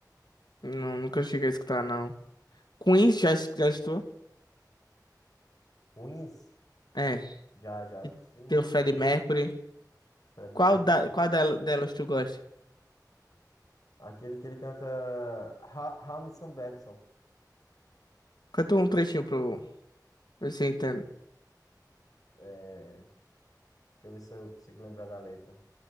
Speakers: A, on the left; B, on the left.
A: Não, nunca cheguei a escutar, não. Queens já, es- já estou.
B: Queens,
A: É.
B: já, já assisti
A: E
B: muito,
A: Tem o Freddie
B: cara.
A: Mercury.
B: Fred
A: Qual,
B: Mercury,
A: da,
B: muito.
A: qual dela- delas tu gosta?
B: Aquele que ele canta Ha- Hamilton Babson.
A: Canta um trechinho pro ver se eu entendo.
B: É, deixa eu ver se eu consigo lembrar da letra.